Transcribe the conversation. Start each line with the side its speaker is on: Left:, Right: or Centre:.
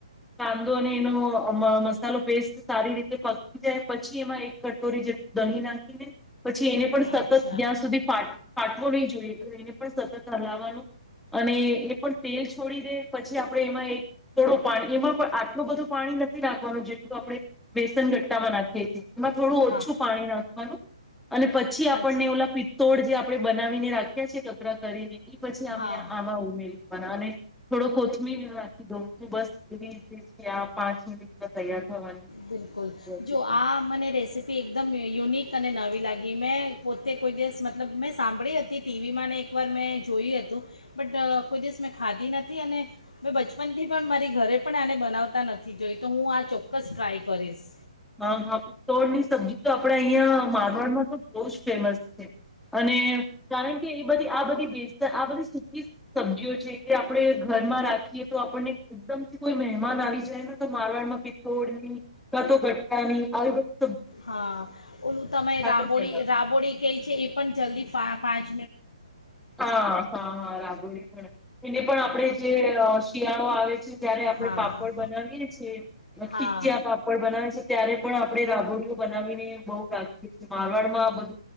Centre: કાંદો ને એનો અહ મસાલો પેસ્ટ સારી રીતે પકી જાય પછી એમાં એક કટોરી જેટલું દહીં નાખીને પછ છી એને પણ સતત
Left: અચ્છા
Centre: ત્યાં સુધી ફાટ ફાટવો નહી જોઈએ તો એને પણ સતત હલાવવાનું. અને એ પણ તેલ છોડી દે પછી આપડે એમાં એક થોડો પાણી એમાં પણ આટલું બધું પાણી નથી રાખવાનું જેટલું આપણે બેસ સન ગટ્ટા બનાતી નાખીએ એમાં થોડું
Left: હા
Centre: ઓછું પાણી નાખવાનું. અને પછી આપણને
Left: અચ્છા
Centre: ઓલા પિત્તોળ જે આપણેે બનાવીને રાખ્યા છે તો ત્ર કરીને કે પછી અમે
Left: હા
Centre: આમાં ઉમેરી <unintelligible> અને થોડો કોથમીર <unintelligible> દો બસ એવી રીતે છે આ પાંચ મિનિટમાં તૈયાર. થવાની
Left: બિલકુલ,
Centre: રેસીપી
Left: જો આ મને રેસી પી એકદમ યુનિક અને નવી લાગી, મેં પોતે કોઈ દિવસ મતલબ મેં સાંભળી હતી ટીવીમાં ને એકવાર મેં જોયું હતું બટ અહ કોઈ દિવસ મેં ખાધી નથી અને મેં બચપનથી પણ મારી ઘરે પણ આને બનાવતા નથી જોઈ તો હું આ ચોક્કસ ટ્રાય કરીશ.
Centre: હા હા પિત્તોળ ની સબ્જી તો આપડે અહિયાં મારવણમાં તો બવ જ ફેમસ છે. અને કારણ કે બધી આ બધી બેસ્ટ આ બધી સુકી સબ્જીઓ છે કે આપણે ઘરમાં રાખીએ તો આપણને એકદમથી કોઈ મહેમાન આવી જાય તો મારવાડમાં પિત્તોળ ની કા તો અને આવી રીત
Left: હા ઓલું તમે રાબોડી
Centre: જ બનાવે
Left: રાબોડી કઈ છે એ પણ જલ્દી પા પાચ
Centre: હા હા હા રાબડી પણ આપડે જે શિયાળો આવ છે જ્યારે આપણે
Left: હા
Centre: પાપડ બનાવીએ છીએ ને
Left: હા
Centre: ખીચયા પાપડ બનાવી છેએ ત્યારે પણ આપણે રાબોડીઓ બનાવીને બવ રાખીએ છી. મારવાડમાં આ બધું